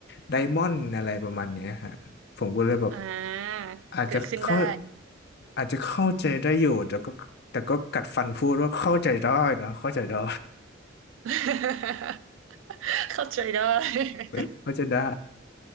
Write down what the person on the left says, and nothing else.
ไดมอนด์อะไรประมาณเนี้ยฮะผมก็เลยแบบ
อาจจะเข้าอาจจะเข้าใจได้อยู่แต่ก็แต่ก็กัดฟันพูดว่าเข้าใจได้เนอะเข้าใจได้
<laughs> เข้าใจได้